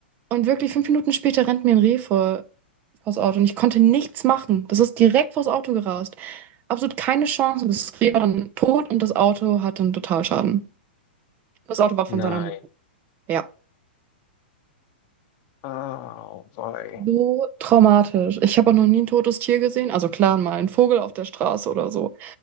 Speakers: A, on the right; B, on the left.
A: Und wirklich fünf Minuten später rennt mir ein Reh vor, vors Auto und ich konnte nichts machen. Das ist direkt vors Auto gerast. Absolut keine Chance. Und das Reh war dann tot und das Auto hatte einen Totalschaden. Das Auto war von
B: Nein.
A: seiner Mutter. Ja.
B: Ah, wei.
A: So traumatisch. Ich habe auch noch nie ein totes Tier gesehen. Also klar, mal ein Vogel auf der Straße oder so.